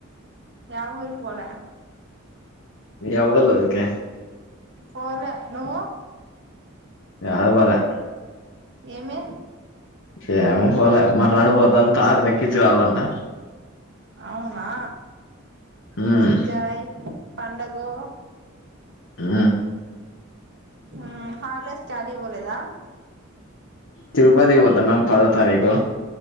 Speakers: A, on the right; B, on the left.
A: యా ఊరుకి పోలే
B: ఎవ్వలురికీ
A: పోలే నువ్వు
B: య పోలె
A: ఏమి
B: ఎమో పోలే మరనాడు పోతాని తాతని ఎక్కించు రావాళ్లంట
A: అవునా
B: మ్మ్
A: ఎంజాయ్ పండగో
B: ఊ
A: ఆ హాలిడేస్ కి యాడికి పోలేదా
B: తిరుపతి పోతున్నాం పదో తారీఖు